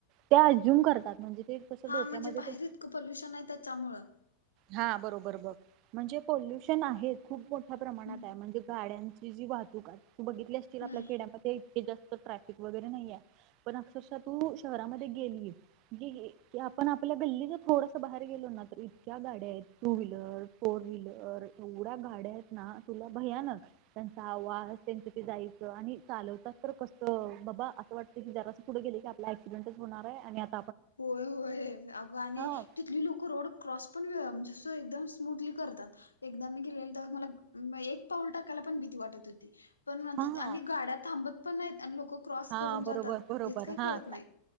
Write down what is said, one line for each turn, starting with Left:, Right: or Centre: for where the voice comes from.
Right: त्या ॲझ्युम करतात म्हणजे ते तसं
Left: हा
Right: डोक्यामध्ये
Left: म्हणजे बाहेर इतकं पोल्युशन हाय त्याच्यामुळं.
Right: हा बरोबर बघ म्हणजे पोल्युशन आहेच. खूप मोठ्या प्रमाणात
Left: हम्म
Right: आहे म्हणजे गाड्यांची जी वाहतूक आहे तू बघितली असशील आपल्या
Left: हम्म.
Right: खेड्यामध्ये. तेइतके जास्त ट्रॅफिक वगैरे, नाही आहे पण अक्षरशः तू शहरामध्ये गेलीये. गे गे की आपण आपल्या गल्ली च थोडस बाहेर गेलो ना, तर इतक्या गाड्या ह्यात. टू व्हीलर, फोर व्हीलर एवढ्या गाड्या आहेत ना तुला भयानक. त्यांचा आवाज त्यांचं ते जायचं आणि चालवतात तर कसं बाबा असं वाटतं की जरासं पुढ गेले की आप ला एक्सिडेंटच होणारय आणि आप
Left: होय होय अग आणि
Right: हा
Left: तिथली लोकं रोड क्रॉस पण व्य म्हणजे असं एकदम स्मूटली करतात. एकदा मी गेलेले त मला एक पाऊल टाकायला पण भीती वाटत होती. पण नातीथं
Right: हा
Left: आणि गाड्या थांबत पण नाहीत आणि लोक क्रॉस
Right: हा
Left: करून
Right: बरोबर
Left: जातात
Right: बरोबर
Left: हेच काही
Right: हा
Left: कळत नाही.